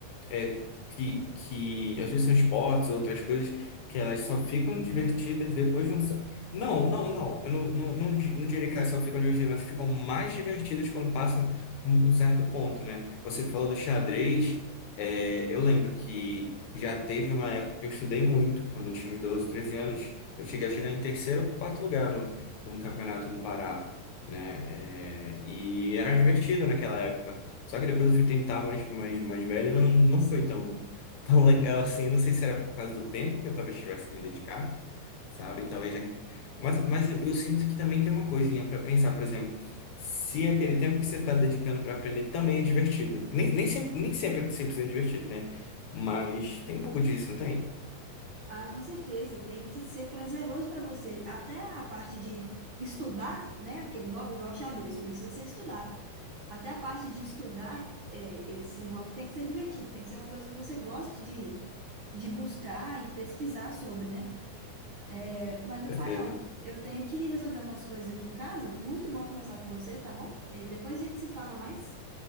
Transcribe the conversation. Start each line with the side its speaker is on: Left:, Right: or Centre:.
Left: é, que, que às vezes são esportes, outras coisas, que elas só ficam divertidas depois de um. cer- Não, não, não. Eu não, não, não, di- não diria que elas só ficam divertidas, mas ficam mais divertidas quando passam um, um certo ponto, né? Você falou do xadrez. é, eu lembro que já teve uma época que eu estudei muito, quando eu tinha uns 12, 13 anos. Eu cheguei a chegar em terceiro ou quarto lugar no, num campeonato do Pará, né? É, e era divertido naquela época. Só que depois eu fui tentar mais, mais, mais velha, não, não foi tão, <laughs> tão legal assim. Eu Não sei se era por causa do tempo que eu talvez tivesse que me dedicar, sabe? E talvez. aqui- Mas, mas eu, eu sinto que também tem uma coisinha para pensar, por exemplo, se é aquele tempo que você está dedicando para aprender também é divertido. Nem, nem sempre, nem sempre é 100% divertido, né? Mas tem um pouco disso, não tem?
Right: Ah, com certeza, tem que ser prazeroso para você. Até a parte de estudar, né? Aquele hobby igual xadrez, precisa ser estudado. Até a parte de estudar, é, esse hobby tem que ser divertido, tem que ser uma coisa que você goste de, de buscar e pesquisar sobre, né? É, mas, Rafael,
Left: Certeza.
Right: eu tenho que resolver umas coisas aqui em casa. Muito bom conversar com você, tá bom? É, depois a gente se fala mais.